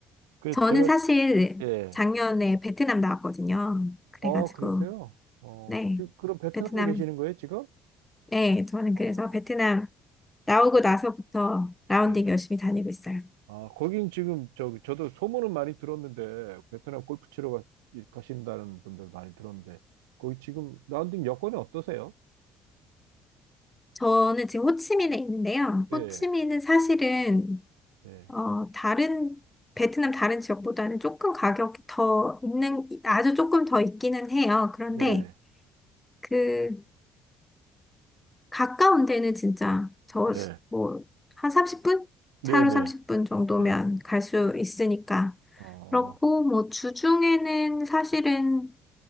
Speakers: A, on the right (about 90°); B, on the left (about 15°).
A: 그
B: 저는
A: 제가
B: 사실
A: 예.
B: 작년에 베트남 나왔거든요. 그래가지고,
A: 어, 그러세요? 어,
B: 네.
A: 지금 그럼 베트남에
B: 베트남,
A: 계시는 거예요, 지금?
B: 네. 저는
A: 어,
B: 그래서 베트남 나오고
A: 어.
B: 나서부터 라운딩
A: 네.
B: 열심히 다니고 있어요.
A: 아, 거긴 지금 저기 저도 소문은 많이 들었는데 베트남 골프 치러 가, 가신다는 분들 많이 들었는데 거기 지금 라운딩 여건이 어떠세요?
B: 저는 지금 호치민에 있는데요.
A: 네,
B: 호치민은 사실은,
A: 네,
B: 어, 다른, 베트남 다른 지역보다는 조금 가격이 더 있는, 아주 조금 더 있기는 해요. 그런데,
A: 네,
B: 그 가까운 데는 진짜 저
A: 네,
B: 뭐 한 30분?
A: 네,
B: 차로
A: 네,
B: 30분 정도면
A: 네.
B: 갈 수 있으니까.
A: 아,
B: 그렇고 뭐 주중에는 사실은